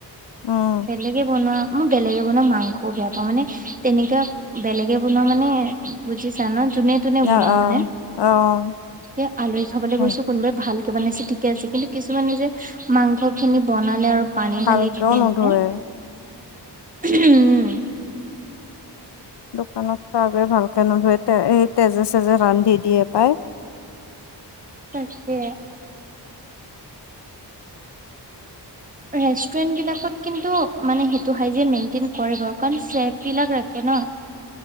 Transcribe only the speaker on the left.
উম,
অ',
অ',
অ'।
উম,
ভালকেও
নোধোৱে।
দোকানত চাগৈ ভালকে নোধুৱে। তে তেজে চেজে ৰান্ধি দিয়ে পায়।